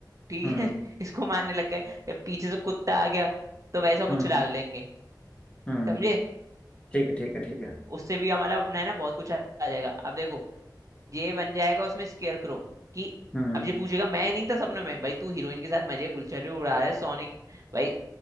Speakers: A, on the right; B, on the left.
A: ठीक
B: हम्म
A: है <laughs> इसको मारने लग गए या पीछे से कुत्ता आ गया तो वैसा कुछ
B: हम्म
A: डाल देंगे
B: हम्म
A: समझे
B: ठीक है ठीक है ठीक है
A: उससे भी हमारा अपना है ना बहुत कुछ आ आ जाएगा अब देखो ये बन जाएगा उसमें स्केयर करो कि
B: हम्म
A: अब ये पूछेगा मैं नहीं था सपने में भाई तू हीरोइन के साथ मजे गुलछटी उड़ा रहा है सोने भाई